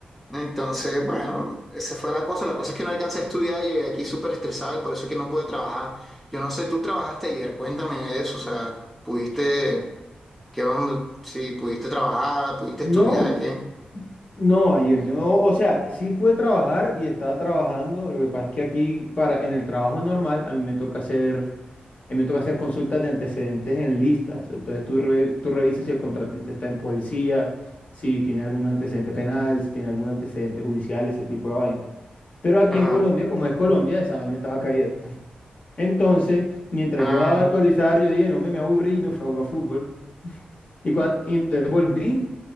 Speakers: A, in the centre; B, on the left.
A: Entonces, bueno, esa fue la cosa. La cosa es que no alcancé a estudiar y llegué aquí súper estresado y por eso es que no pude trabajar. Yo no sé, tú trabajaste ayer, cuéntame de eso, o sea, pudiste, ¿qué onda? Si pudiste trabajar, pudiste estudiar,
B: No,
A: ¿qué?
B: No, ayer yo, o sea, sí pude trabajar y estaba trabajando. Lo que pasa es que aquí para en el trabajo normal a mí me toca hacer, a mí me toca hacer consultas de antecedentes en listas. Entonces tú, re- tú revisas si el contratista está en policía, si tiene algún antecedente penal, si tiene algún antecedente judicial, ese tipo de vaina. Pero aquí
A: Ajá,
B: en Colombia, como es Colombia, esa vaina estaba caída. <laughs> Entonces, mientras
A: ah,
B: yo daba a actualizar, yo dije, no me, me aburrí y me fui a jugar fútbol. Y, cua- y entonces volví,